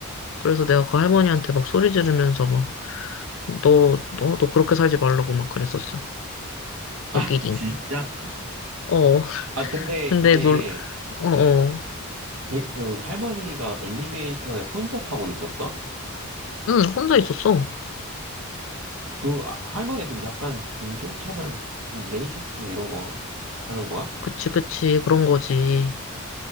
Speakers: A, on the left (about 60°); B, on the right (about 80°).
A: 그래서 내가 그 할머니한테 막 소리 지르면서 막 너, 너, 너 그렇게 살지 말라고 막 그랬었어.
B: 아,
A: 웃기딩.
B: <laughs> 진짜?
A: 어,
B: 아, 근데
A: 근데
B: 이게,
A: 놀, 어, 어.
B: 백- 그, 할머니가 엘리베이터에 혼자 타고 있었어?
A: 응, 혼자 있었어.
B: 그, 아, 할머니 그 약간 인종차별, 레이시스트 이런 거 하는 거야?
A: 그치, 그치. 그런 거지.